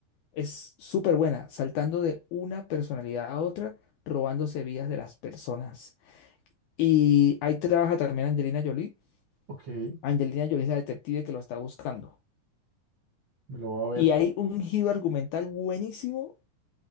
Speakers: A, on the left; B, on the right.
A: Es súper buena, saltando de una personalidad a otra, robándose vidas de las personas. Y ahí trabaja también Angelina Jolie
B: Ok, me
A: Angelina Jolie es la detective que lo está buscando.
B: lo voy
A: Y
B: a ver.
A: hay un giro argumental buenísimo